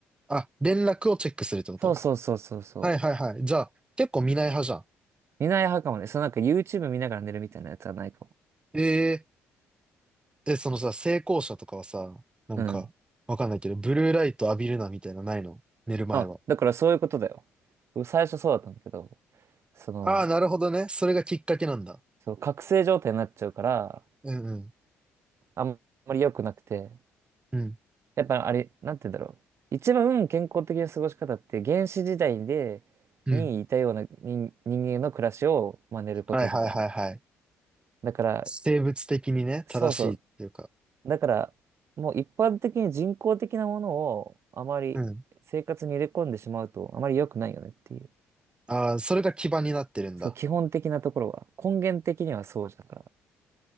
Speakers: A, on the right; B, on the right.
A: あ、連絡をチェックするってこと
B: そうそうそうそうそう。
A: はいはいはい。じゃあ結構見ない派じゃん。
B: 見ない派かもね。そのなんか YouTube 見ながら寝るみたいなやつはないかも。
A: えー、え、そのさ、成功者とかはさ、なんか、
B: うん。
A: わかんないけど、ブルーライト浴びるなみたいなのないの寝る前は。
B: あ、だからそういうことだよ。僕最初そうだったんだけど、その、
A: ああ、なるほどね。それがきっかけなんだ。
B: そう、覚醒状態になっちゃうから、
A: うんうん。
B: あんまり良くなくて。
A: うん。
B: やっぱあれ、なんて言うんだろう。一番健康的な過ごし方って原始時代で、
A: うん。
B: にいたような人、人間の暮らしを真似ることみたいな。
A: はいはいはいはい。
B: だから、
A: 生物的にね、
B: そうそう。
A: 正しいっていうか。
B: だから、もう一般的に人工的なものをあまり生活に入れ込んでしまうとあまり良くないよねっていう。
A: うん。ああ、それが基盤になってるんだ。
B: そう、基本的なところは。根源的にはそうだから。